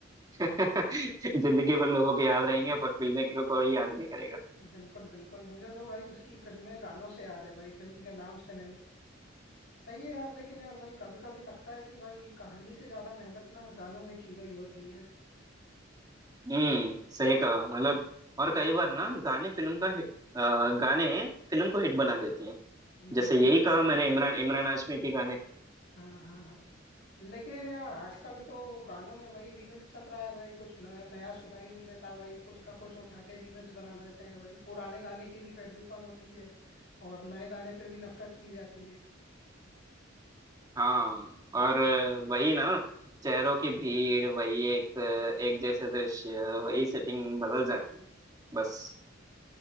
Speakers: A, on the right (about 20°); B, on the left (about 65°).
A: <laughs> जिंदगी भर लोगों को याद रहेंगे पर फिल्में को कोई याद नहीं करेगा
B: बिल्कुल बिल्कुल मुझे तो भाई उसकी फिल्में गानों से याद है भाई फिल्म के नाम से नहीं सही है यार लेकिन यार भाई कभी कभी लगता है कि भाई कहानी से ज्यादा मेहनत ना गानों में की गई होती है
A: हम्म सही कहा मतलब और कई बार ना गाने फिल्म का हि- अ, गाने फिल्म को हिट बना देती हैं जैसे
B: बिल्कुल
A: यही
B: बिल्कुल
A: कहा मैंने
B: बिल्कुल
A: इमरान इमरान हाशमी के गाने
B: हाँ हाँ हाँ लेकिन यार आजकल तो गानों में वही रीमिक्स चल रहा है भाई कुछ न- नया सुना ही नहीं देता भाई कुछ का कुछ उठा के रीमिक्स बना देते हैं भाई पुराने गाने की भी वैल्यू कम होती है और नए गाने पे भी नफरत की जाती है
A: हाँ और वही ना चेहरों की भीड़ वही एक एक जैसे दृश्य वही सेटिंग बदल जाती है बस